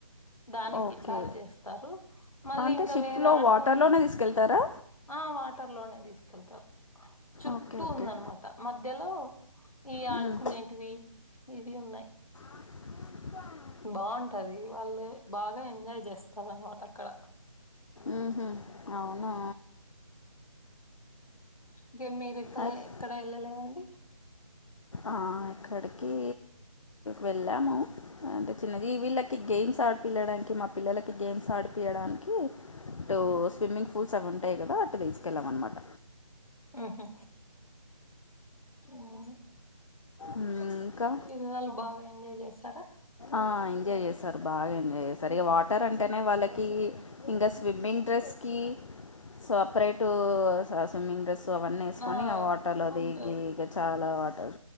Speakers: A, on the left; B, on the left.
A: దానికి
B: ఓకే
A: ఛార్జ్ చేస్తారు మళ్ళీ
B: అంటే
A: ఇంకా
B: షిప్లో
A: వేరే ఆడుకునే
B: వాటర్లోనే తీసుకెళ్తారా
A: ఆ వాటర్ లోనే తీసుకెళ్తారు చుట్టూ
B: ఓకే ఓకే
A: ఉందనమాట మధ్యలో ఈ
B: ఉమ్,
A: ఆడుకునేటివి ఇవి ఉన్నాయ్
B: ఇకా
A: బాగుంటది వాళ్ళు బాగా ఎంజాయ్ చేస్తారు అనమాట అక్కడ
B: ఉహ అవును
A: ఇంకే మీరు ఎక్క
B: అయి-
A: ఎక్కడ వెళ్ళలేదండి
B: ఆ ఇక్కడికి వెళ్ళాము అంటే చిన్నది వీళ్ళకి గేమ్స్ ఆడిపిల్లడానికి మా పిల్లకి గేమ్స్ ఆడిపి పీయడానికి టటు స్విమ్మింగ్ పూల్స్ అవి ఉంటాయి కదా అటు తీసుకెళ్ళామ అన్నమాట
A: ఉహు ఆ
B: ఉమ్మ్ ఇంకా
A: పిల్లలు బాగా ఎంజాయ్ చేస్తారు
B: ఆ ఎంజాయ్ చేస్తారు బాగా ఎంజాయ్ చేస్తారు ఇక వాటర్ అంటేనే వాళ్ళకి ఇంకా స్విమ్మింగ్ డ్రెస్ కి సపరేట్ స్విమ్మింగ్ డ్రెస్ సో అవన్నీ వేసుకొని
A: ఆ
B: ఇక వాటర్లో
A: ఉంటది
B: దిగి ఇక చాలా వాటర్